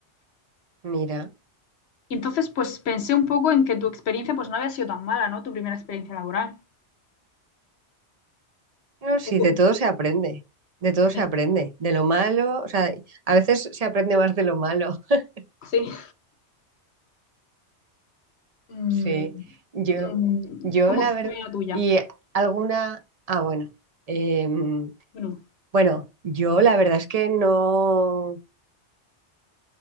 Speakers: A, on the right; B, on the left.
A: Mira,
B: Y entonces, pues pensé un poco en que tu experiencia pues no había sido tan mala, ¿no? Tu primera experiencia laboral.
A: no, sí,
B: Un poco,
A: de todo se aprende, de todo se
B: Sí,
A: aprende, de lo malo, o sea, a veces se aprende más de lo malo. <laughs>
B: sí, Mm,
A: Sí, yo,
B: mm,
A: yo
B: ¿Cómo
A: la verdad,
B: fue la tuya?
A: y alguna, ah, bueno, em,
B: Bueno,
A: bueno, yo la verdad es que no,